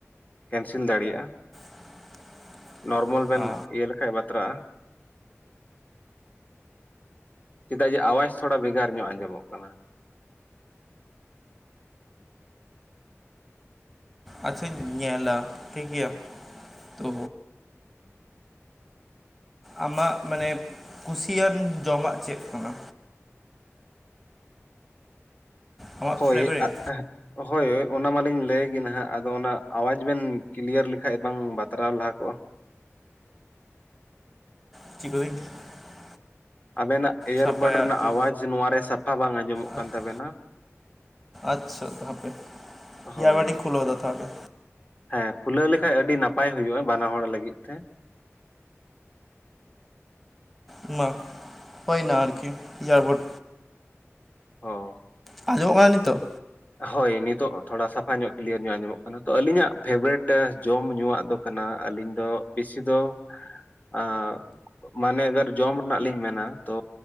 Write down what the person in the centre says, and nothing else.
<inaudible>
ᱚ
ᱟᱪᱪᱷᱟᱧ ᱧᱮᱞᱟ ᱴᱷᱤᱠ ᱜᱮᱭᱟ᱾ ᱛᱚ ᱟᱢᱟᱜ ᱢᱟᱱᱮ ᱠᱩᱥᱤᱭᱟᱱ ᱡᱚᱢᱟᱜ ᱪᱮᱫ ᱠᱟᱱᱟ? ᱟᱢᱟᱜ
ᱯᱷᱮᱵᱟᱨᱤᱴ
<unintelligible>
ᱥᱟᱯᱟᱭᱟ
ᱟᱨᱠᱤ
ᱟᱪ-
ᱟᱪᱪᱷᱟ ᱛᱚ ᱦᱟᱯᱮ,
ᱮᱭᱟᱨᱵᱟᱴᱤᱧ ᱠᱷᱩᱞᱟᱹᱣ ᱫᱟ ᱛᱟᱦᱚᱞᱮ᱾
ᱢᱟ, ᱦᱚᱭᱱᱟ ᱟᱨᱠᱤ ᱮᱭᱟᱨᱵᱟᱴ
ᱟᱸᱡᱚᱢᱚᱜ ᱠᱟᱱᱟ ᱱᱤᱛᱚᱜ?